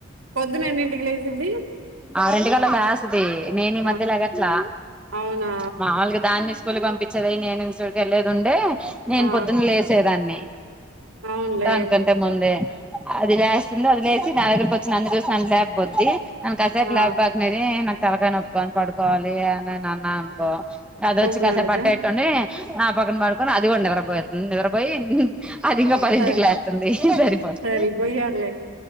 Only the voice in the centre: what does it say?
అరింటి కల లేస్తుది నేను ఈ
మధ్య లేగట్లా
మామలుగా దాన్ని స్కూలు పంపించేది నేను స్కూల్ కి వెళ్లేది ఉండే నేను
పొద్దున లేసేదాన్ని
దాని కంటే ముందే అది లేస్తుంది అది లేసి నా దగ్గరకి వచ్చి నన్ను చూసి నాను లేపుద్ది నను కాసేపు
లబ్ బాగక్నేది నాకు తలకాయా నొస్తుంది పడుకోవాలి అని నేను అన్నా అనుకో అదిచ్చి
కాసేపు
పట్ట పెటుని నా పక్కన పడుకొని అది కూడా నిద్రపోంది నిద్రపోయి అది ఇంకా పదింటికి
లేస్తుంది సరిపోతుంది